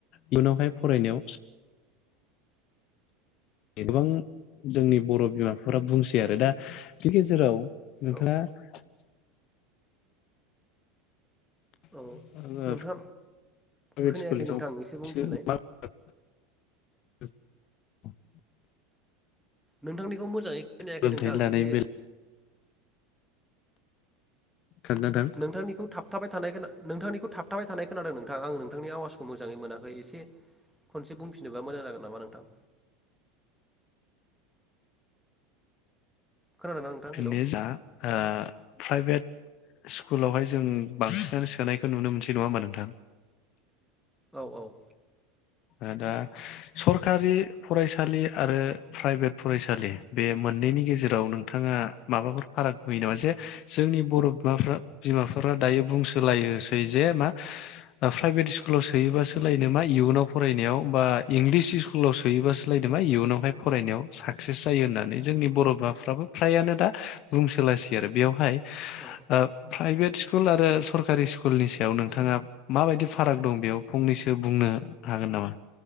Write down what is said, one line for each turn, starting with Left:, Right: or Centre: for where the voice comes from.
Left: इयुनावहाय फरायनायाव गोबां जोंनि बर' बिमाफोरा बुंसै आरो दा बि गेजेराव नोंथाङा
Centre: औ
Left: <unintelligible>
Centre: औ नोंथाङा खोनायाखै नोंथां एसे बुंफिनलाय
Left: <inaudible>
Centre: नोंथांनिखौ मोजाङै खोनायाखै
Left: सोलोंथाइ
Centre: नोंथां
Left: लानायनि
Centre: एसे
Left: बेलायाव खोन्थानो नोंथां
Centre: नोंथांनिखौ थाबथाबाय थानाय खोना नोंथांनिखौ थाबथाबाय थानाय खोनादों नों थां आं नों थांनि आवासखौ मोजाङै मोनाखै एसे खनसे बुंफिनोबा मोजां जागोन नामा नोंथां। खोनादोंना नोंथां
Left: फिन्नो
Centre: हेलौ
Left: जा हो प्राइभेट स्कुल आवहाय जों बांसिनानो सोनायखौ नुनो मोनसै। नङा होमबा नोंथां?
Centre: औ औ।
Left: आ दा सरखारि फरायसालि आरो प्राइभेट फरायसालि बे मोननैनि गेजेराव नोंथाङा माबाफोर फाराग मुयो नामा जे जोंनि बर' माफ्रा बिमाफ्रा दायो बुंसोलायसै जे मा ओ प्राइभेट स्कुलाव सोयो बासोलायनो मा इयुनाव फरायनायाव बा इंलिस इस्कुलाव सोयो बासोलायनो मा इयुनावहाय फरायनायाव साकसेस जायो होननानै जोंनि बर' माफ्राबो फ्रायानो दा बुंसोलासै आरो बेवहाय
Centre: औ
Left: ओ प्राइभेट स्कुल आरो सरकारि स्कुलनि सायाव नोंथाङा माबायदि फाराग दं बेयाव फंनैसो बुंनो हागोन नामा?